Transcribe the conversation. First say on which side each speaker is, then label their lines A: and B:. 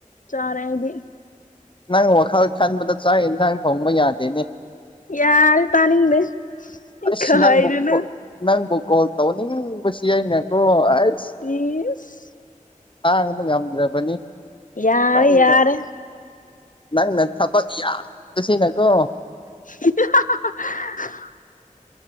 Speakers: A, on the left; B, on the left.
A: ꯆꯥꯔꯦ ꯑꯩꯗꯤ
B: ꯅꯪ ꯋꯥꯈꯜ ꯈꯟꯕꯗꯣ ꯆꯥꯛ ꯌꯦꯟꯁꯥꯡ ꯊꯣꯡꯕ ꯌꯥꯗꯦꯅꯦ
A: ꯌꯥꯔꯦ ꯇꯥꯅꯤꯡꯗꯦ
B: ꯑꯁ
A: ꯈꯥꯏꯔꯅꯨ
B: ꯅꯪꯕꯨ ꯅꯪꯕꯨ ꯀꯣꯜ ꯇꯧꯅꯤꯡꯕꯁꯤ ꯑꯩꯅꯀꯣ ꯑꯁ
A: ꯇꯤꯁ
B: ꯂꯥꯡꯕ ꯉꯝꯗ꯭ꯔꯕꯅꯤ
A: ꯌꯥꯔꯦ
B: ꯅꯪꯅ
A: ꯌꯥꯔꯦ
B: ꯅꯪꯅ ꯊꯕꯛ ꯌꯥꯝꯁꯤꯅꯀꯣ
A: ꯍꯤ ꯍꯥ ꯍꯥ